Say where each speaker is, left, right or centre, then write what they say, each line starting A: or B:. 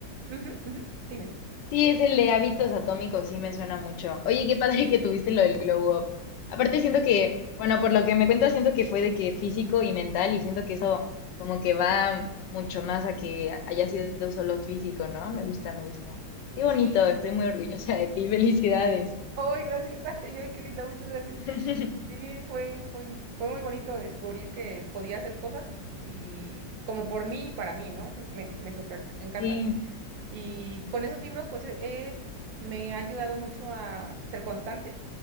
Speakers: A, on the right; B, on the left.
A: Ujú, ujú, dime.
B: Sí, es el de hábitos atómicos, sí me suena mucho. Oye, qué padre que tuviste lo del glow up. Aparte siento que, bueno, por lo que me cuentas, siento que fue de que físico y mental y siento que eso como que va mucho más a que haya sido solo físico, ¿no? Me gusta, me gusta. Qué
A: Sí.
B: bonito, estoy muy orgullosa de ti, felicidades.
A: ¡Ay, gracias! <laughs> ¡Ay, ay, qué linda! Muchas gracias.
B: <laughs>
A: Sí, fue, fue, fue muy bonito descubrir que podía hacer cosas y como por mí y para mí, ¿no? Eso me, me súper encanta.
B: Sí.
A: Y con esos libros, pues eh, eh, me ha ayudado mucho a ser constante,